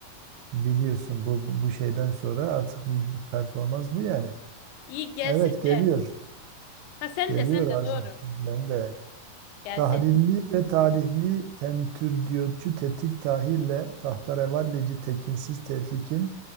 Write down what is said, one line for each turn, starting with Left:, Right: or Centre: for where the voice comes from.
Right: biliyorsun bu bu bu şeyden sonra artık bir bu performans bu yani.
Left: İyi gelsin
Right: Evet geliyor.
Left: de. Ha sen
Right: Geliyor
Left: de sen de
Right: Azam.
Left: doğru.
Right: Ben de.
Left: Gelsin.
Right: Tahrilli ve talihli tentürdiyotçu tetik tahille tahterevallici tekinsiz tevfikin